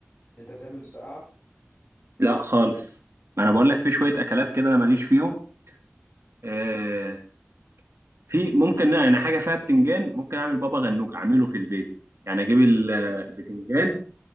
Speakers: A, on the left; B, on the right.
A: أنت بتحب المسقعة؟
B: لا خالص ما انا بقول لك في شويه اكلات كده انا ماليش فيهم آه، في ممكن انا حاجه فيها بتنجان ممكن اعمل بابا غنوج اعمله في البيت يعني اجيب ال- البتنجان